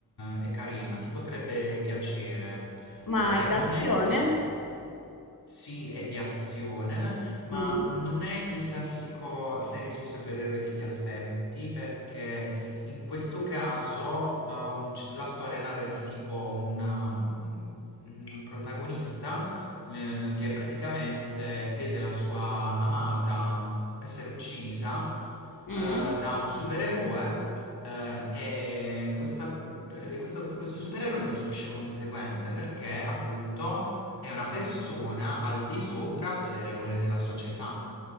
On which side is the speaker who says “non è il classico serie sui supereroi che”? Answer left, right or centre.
Left